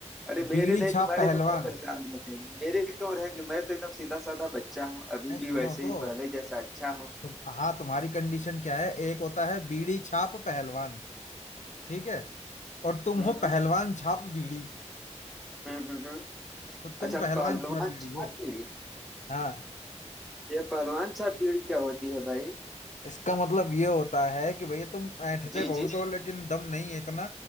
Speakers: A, in the centre; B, on the left.
A: अरे मेरे
B: बीड़ी
A: नहीं
B: छाप
A: तुम्हारे
B: पहलवान
A: पापा परेशान रहते हैं मेरे क्यों रहेंगे मैं तो एकदम सीधा साधा बच्चा हूँ अभी
B: नहीं
A: भी
B: सुनो
A: वैसे
B: तो
A: ही पहले जैसा अच्छा हूँ
B: तुम हाँ तुम्हारी कंडीशन क्या है एक होता है बीड़ी छाप पहलवान ठीक है और तुम
A: हम्म
B: हो
A: हम्म
B: पहलवान छाप बीड़ी
A: हम्म हम्म हम्म।
B: तो तुम
A: अच्छा
B: पहलवान
A: पहलवान
B: छाप बीड़ी
A: छाप
B: हो
A: बीड़ी
B: हाँ
A: यह पहलवान छाप बीड़ी क्या होती है भाई
B: इसका मतलब ये होता है कि भैया तुम ऐंठते
A: जी
B: बहुत
A: जी
B: हो लेकिन दम नहीं है इतना